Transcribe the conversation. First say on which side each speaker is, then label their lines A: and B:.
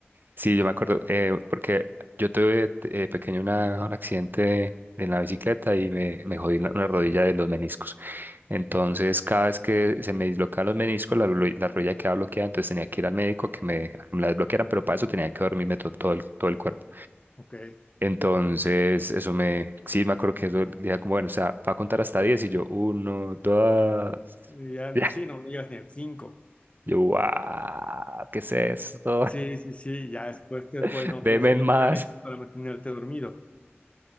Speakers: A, on the right (about 50°); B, on the left (about 30°).
A: sí, yo me acuerdo, eh, porque yo tuve eh, pequeño una, un accidente en la bicicleta y me, me jodí la- una rodilla de los meniscos. Entonces, cada vez que se me dislocaban los meniscos, la, ro- la rodilla quedaba bloqueada, entonces tenía que ir al médico que me, a que me la desbloquearan, pero para eso tenía que dormirme to- todo el, todo el cuerpo.
B: Ok.
A: Entonces, eso me, sí, me acuerdo que eso, decía como, bueno, o sea, va a contar hasta 10 y yo, uno, dos,
B: Y
A: <laughs>
B: ya,
A: ya.
B: sí, no no llegas ni al cinco
A: Yo, wow, ¿qué es esto?
B: Sí, sí, sí, ya después te ponen
A: <laughs>
B: otros
A: Deme
B: medicamentos
A: más.
B: para mantenerte dormido.